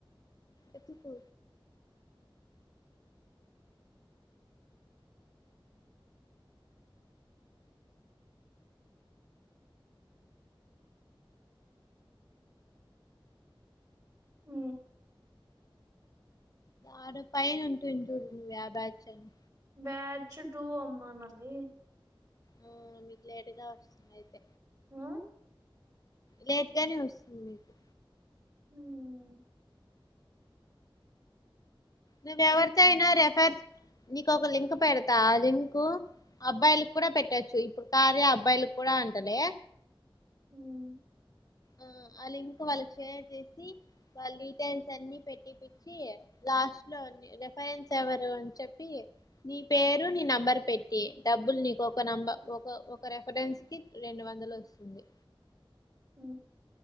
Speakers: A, on the left; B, on the right.
A: ఎతుకు
B: ఊ
A: ఆడ పైన ఉంటుంద్ చుడు నువ్ యా బ్యాచ్ అని
B: బ్యాచ్ టూ అమ్మ నది
A: ఊ మీకు లేట్గా వస్తుంది అయితే
B: ఆ
A: లేట్గానే వస్తుంది మీకు
B: ఉమ్
A: నువ్వ ఎవరితో అయినా రెఫర్, నీకు ఒక లింక్ పెడతా ఆ లింకు అబ్బాయిలకి కూడా పెట్టొచ్చు. ఇప్పుడు కార్య అబ్బాయిల కూడా అంటలే.
B: ఉమ్
A: అ ఆ లింక్ వాళ్ళకి షేర్ చేసి, వాళ్ళ డీటెయిల్స్ అన్ని పెట్టిపిచ్చి, లాస్ట్లో రెఫరెన్స్ ఎవరు అని చెప్పి, నీ పేరు నీ నెంబర్ పెట్టి, డబ్బులు నీకు ఒక నంబర్ ఒక ఒక రెఫరెన్స్కి రెండు వందలు వస్తుంది.
B: ఊ